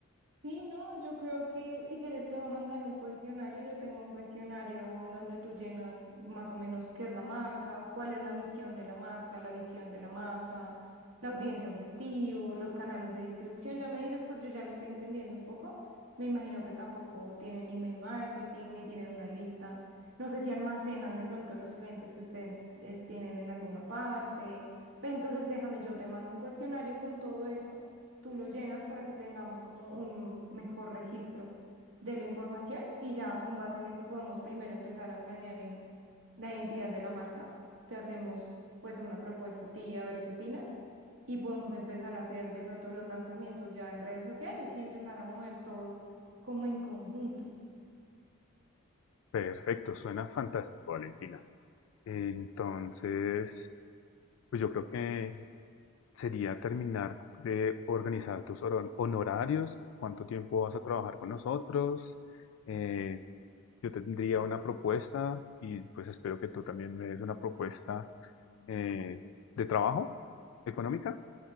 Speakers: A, on the right (about 60°); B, on the left (about 65°).
A: Sí, no, yo creo que si quieres te va a mandar un cuestionario. Yo tengo un cuestionario en donde tú llenas más o menos qué es la marca, cuál es la misión de la marca, la visión de la marca, la audiencia objetivo, los canales de distribución. Ya me dices, pues yo ya lo estoy entendiendo un poco. Me imagino que tampoco tienen email marketing ni tienen una lista. No sé si almacenan de pronto los clientes que ustedes tienen en alguna parte. Pero entonces déjame, yo te mando un cuestionario con todo eso tú lo llenas para que tengamos como un mejor registro de la información y ya con base en eso podemos primero empezar a planear en la identidad de la marca. Te hacemos pues una propuesta a ti a ver qué opinas y podemos empezar a hacer de pronto los lanzamientos ya en redes sociales y empezar a mover todo como en conjunto.
B: Perfecto, suena fantástico, Valentina. Entonces, pues yo creo que sería terminar de organizar tus hor- honorarios, cuánto tiempo vas a trabajar con nosotros, eh, yo tendría una propuesta y pues espero que tú también me des una propuesta eh, de trabajo económica,